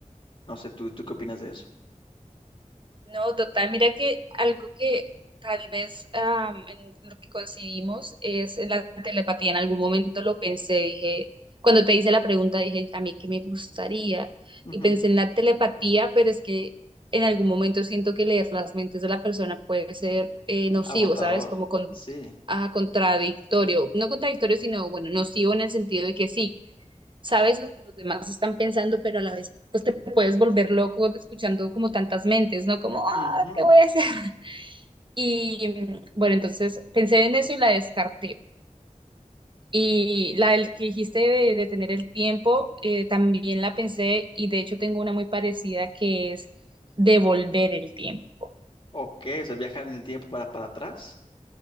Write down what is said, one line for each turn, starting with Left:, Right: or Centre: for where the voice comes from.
Left: No sé, ¿tú, tú qué opinas de eso?
Right: No, total, mira que algo que tal vez am, en lo que concibimos es la telepatía. En algún momento lo pensé, dije, cuando te hice la pregunta, dije, a mí qué me gustaría.
Left: Ujú.
Right: Y pensé en la telepatía, pero es que en algún momento siento que leer las mentes de la persona puede ser eh, nocivo,
Left: Agotador,
Right: ¿sabes? Como con,
Left: sí.
Right: ah, contradictorio, no contradictorio, sino, bueno, nocivo en el sentido de que sí sabes lo que los demás están pensando, pero a la vez pues te puedes volver loco escuchando como tantas mentes, ¿no? Como, ah,
Left: Ujú.
Right: ¿qué voy a hacer? <laughs> Y bueno, entonces pensé en eso y la descarté. Y la del que dijiste de, de tener el tiempo, eh, también la pensé y de hecho tengo una muy parecida que es devolver el tiempo.
Left: Ok, o sea, viajar en el tiempo para, para atrás.